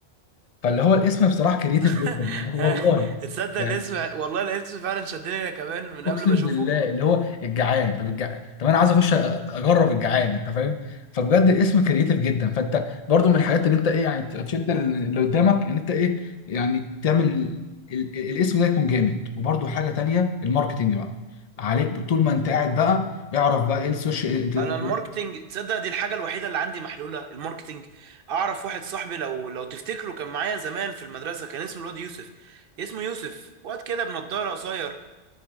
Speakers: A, on the left (about 40°); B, on the right (about 55°).
A: فاللي هو الاسم بصراحه كريتيف
B: <laughs>
A: جدا يعني
B: ها
A: <laughs> والله
B: تصدق
A: يعني
B: الاسم والله الاسم فعلا شدني انا كمان من
A: اقسم
B: قبل ما اشوفه
A: بالله اللي هو الجعان طب الجع... طب انا عايز اخش أ- اجرب الجعان انت فاهم فبجد الاسم كرييتيف جدا فانت برضو من الحاجات اللي انت ايه يعني تشد اللي قدامك ان انت ايه يعني تعمل ال... ال- الاسم ده يكون جامد وبرضو حاجه تانية الماركتينج بقى عليك طول ما انت قاعد بقى اعرف بقى ايه السوشيال انت-
B: انا الماركتينج تصدق دي الحاجه الوحيده اللي عندي محلوله الماركتينج اعرف واحد صاحبي لو لو تفتكره كان معايا زمان في المدرسه كان اسمه الواد يوسف اسمه يوسف واد كده بنضاره قصير